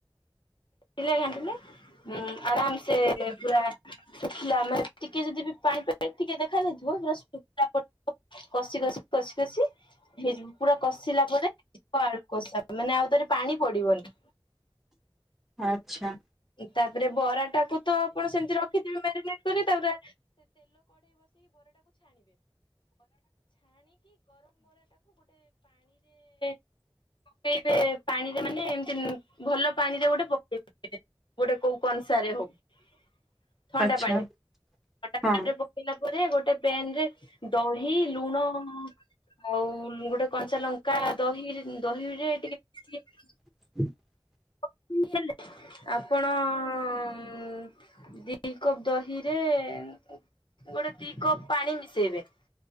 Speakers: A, on the left; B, in the centre.
A: ଘାଣ୍ଟିଲେ ଘାଣ୍ଟିଲେ ଆରାମ ସେ ପୁରା‌ ଶୁଖିଲା ମାନେ ଟିକେ ଯଦି ବି ପାଣି ପାଣି ଟିକେ ଦେଖା ଯାଇଥିବ ପୁରା ଶୁଖିଲା ପର କସି କସି କସି କସି ହେଇଯିବ ପୁରା କଷିଲା ପରେ ଆଳୁ କଷା ମାନେ ଆଉ ଥରେ ପାଣି ପଡିବନି।
B: ଆଚ୍ଛା।
A: ତାପରେ ବରାଟାକୁ ତ ଆପଣ ସେମିତି ରଖିଥିବେ ମ୍ୟାରିନେଟ କରି ତାପରେ। <inaudible> <inaudible> <inaudible> <inaudible> <inaudible>
B: ଆଚ୍ଛା ହଁ
A: <inaudible> <inaudible>
B: <inaudible>
A: <inaudible> <inaudible>